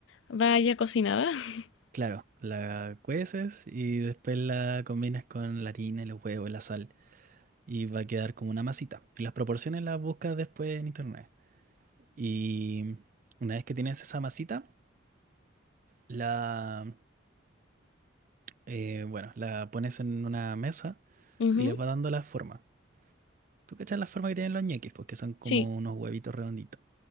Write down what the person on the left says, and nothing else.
va ya cocinada? <laughs>
Ujú,
Sí,